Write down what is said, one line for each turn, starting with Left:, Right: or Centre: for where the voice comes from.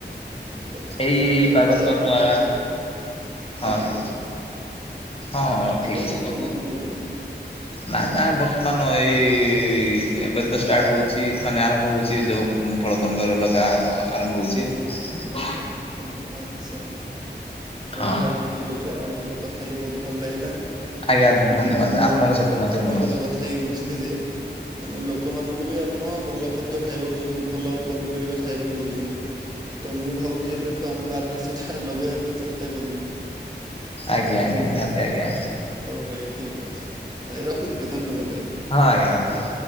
Right: ଏମିତି କଥା
Left: ଏଇ ଏଇ
Right: ହଉ
Left: ପାଗ
Right: ଭାଇ
Left: ତ
Right: ଆପଣଙ୍କ
Left: ନୂଆ
Right: ସହିତ
Left: ହଁ
Right: ଆଜ୍ଞା
Left: ଠିକ୍ ଅଛି। ହଁ ହଁ
Right: ଆଜ୍ଞା
Left: ଠିକ୍
Right: ଆଜ୍ଞା
Left: ଅଛି <inaudible>
Right: କୁହନ୍ତୁ କ'ଣ କହୁଥିଲେ।
Left: ନା ନା ବର୍ତ୍ତମାନ ଏଇ ଏବେ ତ ଷ୍ଟାର୍ଟ ହଉଛି ମାନେ ଆରମ୍ଭ ହଉଛି ଯୋଉ ଫଳ ପନିପରିବା ଲଗା ଆରମ୍ଭ ହଉଛି ଆଉ।
Right: ଆଜ୍ଞା ଆଚ୍ଛା ହଉ
Left: ହଁ
Right: ଭାଇ ଠିକ୍ ଅଛି ଆପଣଙ୍କ ସହିତ କଥା ହେଇ ବହୁତ ଭଲ ଲାଗିଲା।
Left: ଆଜ୍ଞା ଧନ୍ୟବାଦ
Right: ମୁଁ
Left: ଆପଣଙ୍କ ସହିତ ମଧ୍ୟ
Right: ଆପଣଙ୍କ
Left: ମୋର
Right: ସହିତ କଥା ହେଇକି ବୁଝିଲି ଯେ, ମାନେ ଲୋକମାନଙ୍କୁ ବି ଆପଣ ଭଲ ଖାଦ୍ୟ ଖାଇବାକୁ ଦଉଛନ୍ତି ଭଲ ପନିପରିବା ଖାଇବାକୁ ଦଉଛନ୍ତି। ତ ମୁଁ ଭାବୁଛି ଏବେଠୁ ଆମ ବାରିରେ ସେଟା ଲଗେଇବା ପାଇଁ ଚେଷ୍ଟା କରିବି।
Left: ଆଜ୍ଞା
Right: ବୁଝିଲେ
Left: ଆଜ୍ଞା ନିହାତି ଆଜ୍ଞା
Right: ହଉ ଭାଇ ଠିକ୍ ଅଛି, ଭାଇ ରଖୁଛି ଭାଇ ଧନ୍ୟବାଦ ଭାଇ।
Left: ହଁ ଆଜ୍ଞା ରଖିଲି।